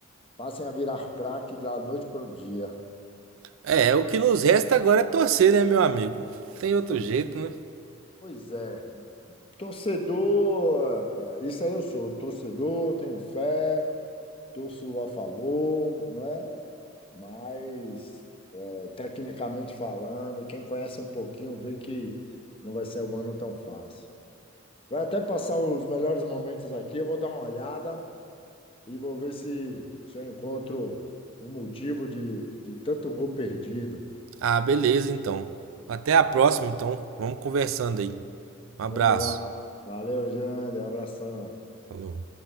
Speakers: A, on the left (about 25°); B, on the right (about 75°).
A: passem a virar craque da noite para o dia.
B: É, é o que nos resta agora é torcer, né, meu amigo? Tem outro jeito, né?
A: Pois é. Torcedor, eh, isso aí eu sou. Torcedor, tenho fé, torço a favor, né? Mas, eh, tecnicamente falando, quem conhece um pouquinho vê que não vai ser um ano tão fácil. Vai até passar os melhores momentos aqui, eu vou dar uma olhada e vou ver se, se eu encontro o motivo de, de tanto gol perdido.
B: Ah, beleza, então. Até a próxima, então. Vamos conversando aí. Um
A: Vamos
B: abraço.
A: lá. Valeu, Jander. Abração.
B: Falou.